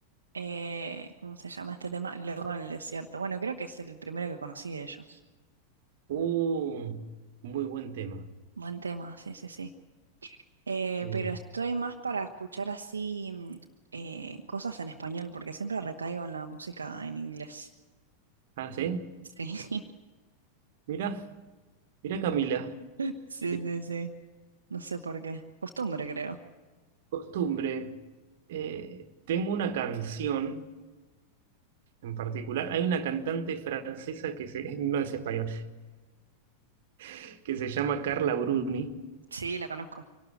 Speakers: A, on the right; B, on the right.
A: Eh, ¿cómo se llama este tema? Loco en el desierto. Bueno, creo que es el primero que conocí de ellos.
B: Uh, muy buen tema.
A: Buen tema, sí, sí, sí. Eh,
B: Eh,
A: pero estoy más para escuchar así mm, eh, cosas en español, porque siempre recaigo en la música en inglés.
B: ah, ¿sí?
A: Sí, <laughs>
B: Mira, mira Camila,
A: sí,
B: eh,
A: sí, sí. No sé por qué. Costumbre, creo.
B: costumbre. Eh, tengo una canción en particular, hay una cantante francesa que se, <laughs> no es español, <laughs> que se llama Carla Bruni,
A: Sí, la conozco.